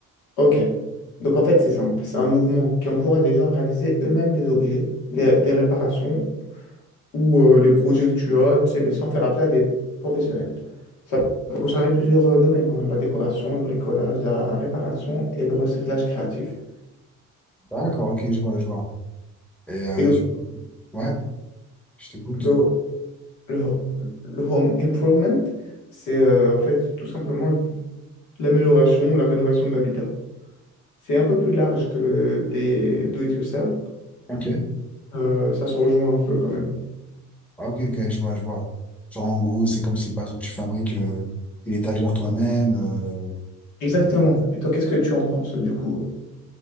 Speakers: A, on the left; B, in the centre.
A: Ok, donc en fait c'est simple, c'est un mouvement qui encourage les gens à réaliser eux-mêmes les objets, les, les réparations ou euh, les projets que tu as, tu sais, mais sans faire appel à des professionnels. Ça peut concerner plusieurs euh, domaines, hein, la décoration, le bricolage, la réparation et le recyclage créatif.
B: D'accord, ok, je vois, je vois. Et euh,
A: Et donc,
B: du- ouais, je t'écoute.
A: Le, le- le home improvement, c'est euh, en fait tout simplement l'amélioration ou la rénovation de l'habitat. C'est un peu plus large que le des do-it-yourself.
B: Ok,
A: Euh, ça se rejoint un peu quand même.
B: Ah, ok, ok, je vois, je vois. Genre, en gros, c'est comme si, par exemple, tu fabriques euh, une étagère toi-même. euh,
A: Exactement.
B: euh.
A: Et toi, qu'est-ce que tu en penses du coup?